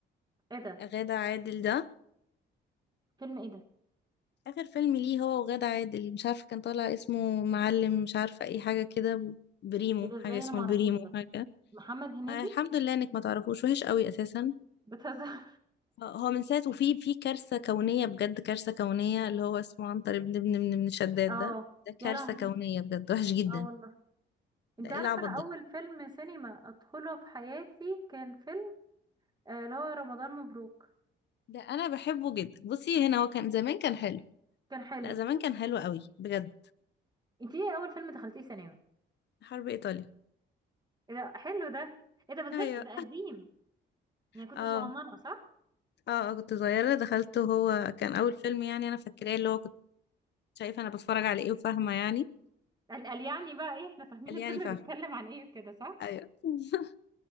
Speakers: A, on the right; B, on the left.
A: ايه ده
B: غادة عادل ده
A: فيلم ايه ده
B: آخر فيلم ليه هو وغادة عادل مش عارفة كان طالع اسمه معلم مش عارفة اي حاجة كده بريمو
A: ايه ده
B: حاجة
A: ازاي
B: اسمه
A: انا ما
B: البريمو
A: اعرفوش ده
B: حاجة
A: محمد هنيدي
B: آه، الحمد لله انك ما تعرفوش وحش قوي اساسا
A: بتهزر <laughs>
B: آه، هو من ساعة وفي في كارثة كونية بجد كارثة كونية اللي هو اسمه عنتر ابن ابن ابن ابن شداد
A: اه
B: ده ده كارثة
A: يا لهوي
B: كونية بجد وحش جدا
A: اه والله
B: ده
A: انت
B: ايه
A: عارفه
B: العبط
A: انا
B: ده
A: اول فيلم سينما ادخله في حياتي كان فيلم آه، اللي هو رمضان مبروك
B: ده انا بحبه جدا بصي هنا هو كان زمان كان حلو
A: كان حلو
B: لا زمان كان حلو قوي بجد
A: انت ايه اول فيلم دخلتيه سينما
B: حرب ايطاليا
A: ايه ده حلو ده ايه ده بس
B: ايوه
A: ده ده قديم يعني كنت
B: اه
A: صغننه صح
B: اه آه، كنت صغيرة دخلته هو كان اول فيلم يعني انا فاكراه اللي هو كنت شايفة انا بتفرج على ايه وفاهمة يعني
A: قال قال يعني بقى ايه احنا فاهمين
B: قال
A: الفيلم
B: يعني فاهمة
A: بيتكلم عن ايه كده صح
B: ايوه <laughs>